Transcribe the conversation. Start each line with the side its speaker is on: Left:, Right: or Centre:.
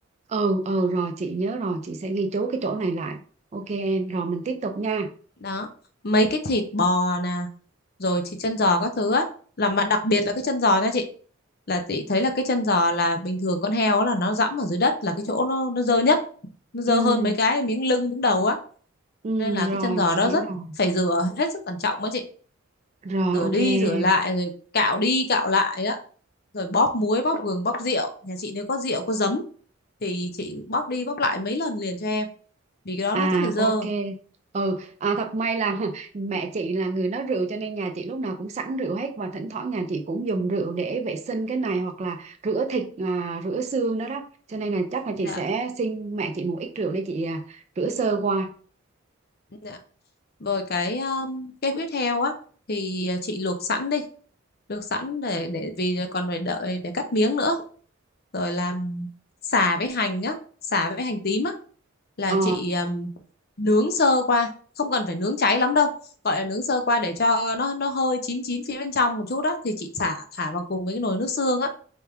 Right: ừ ừ rồi chị nhớ rồi chị sẽ ghi chú cái chỗ này lại ok em rồi mình tiếp tục nha
Left: đó mấy cái thịt bò nè rồi thì chân giò các thứ á là mà đặc biệt là cái chân giò nha chị là chị thấy là cái chân giò là bình thường con heo á là nó dẫm ở dưới đất là cái chỗ nó nó dơ nhất nó dơ
Right: ừ
Left: hơn mấy cái miếng lưng miếng đầu á
Right: ừ
Left: nên là
Right: rồi
Left: cái chân giò
Right: chị
Left: đó
Right: hiểu
Left: rất
Right: rồi
Left: phải rửa hết sức cẩn trọng á chị
Right: Rồi
Left: rửa
Right: ok
Left: đi
Right: em.
Left: rửa lại rồi cạo đi cạo lại á rồi bóp muối bóp gừng bóp rượu nhà chị nếu có rượu có giấm thì chị bóp đi bóp lại mấy lần liền cho em vì cái đó
Right: À
Left: nó rất là dơ
Right: ok. Ừ, à, thật may là <laughs> mẹ chị là người nấu rượu cho nên nhà chị lúc nào cũng sẵn rượu hết và thỉnh thoảng nhà chị cũng dùng rượu để vệ sinh cái này hoặc là rửa thịt à, rửa xương đó đó. Cho nên là chắc là chị
Left: dạ
Right: sẽ xin mẹ chị một ít rượu để chị à, rửa sơ qua.
Left: dạ Rồi cái um, cái huyết heo á thì ờ, chị luộc sẵn đi, luộc sẵn để để vì còn phải đợi để cắt miếng nữa. Rồi làm sả với hành á, sả với hành tím á là
Right: Ờ
Left: chị um, nướng sơ qua, không cần phải nướng cháy lắm đâu. Gọi là nướng sơ qua để cho nó nó hơi chín chín phía bên trong một chút đó thì chị xả thả vào cùng với cái nồi nước xương á